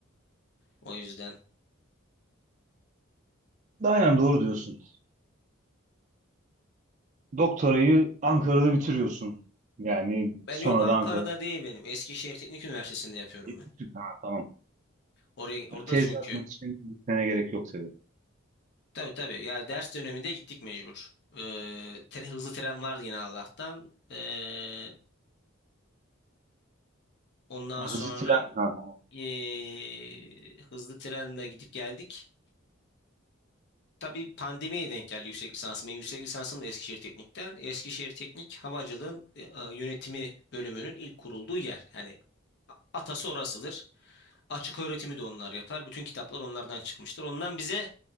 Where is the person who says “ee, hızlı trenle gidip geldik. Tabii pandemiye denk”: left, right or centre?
Left